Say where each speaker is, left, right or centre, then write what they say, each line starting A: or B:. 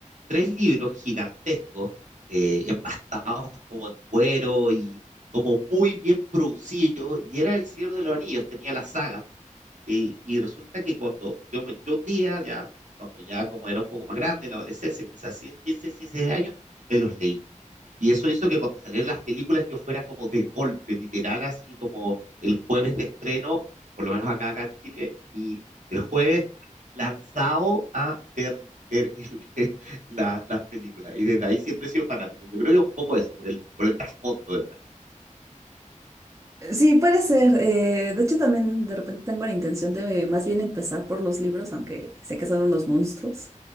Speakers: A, on the right; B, on the right.
A: tres libros gigantescos, eh, empastados como en cuero y como muy bien producidos, y era El Señor de los Anillos, tenía la saga. Y, y resulta que cuando yo, me, yo un día, ya, cuando ya como era un poco más grande, en la adolescencia, quizás 15, 16 años, me los leí. Y eso hizo que cuando salieran las películas yo fuera como de golpe, literal, así como el jueves de estreno, por lo menos acá, acá en Chile, y el jueves lanzado a ver, ver el- <laughs> la- las películas. Y desde ahí siempre he sido fanático. Yo creo que es un poco eso, por el, por el trasfondo detrás.
B: Sí, puede ser. eh, de hecho, también de repente tengo la intención de más bien empezar por los libros, aunque sé que son unos monstruos,